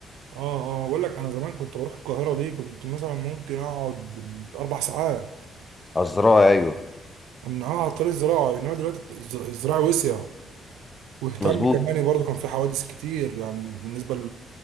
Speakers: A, on the right (about 70°); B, on the left (about 30°).
A: آه آه بقول لك أنا زمان كنت بروح القاهرة دي كنت مثلا ممكن أقعد بالأربع ساعات
B: الزراعه ايوه
A: انها على الطريق الزراعي انما دلوقتي الز- الزراعي وسع واهتم
B: مظبوط
A: كمان برضه كان في حوادث كتير يعني بالنسبه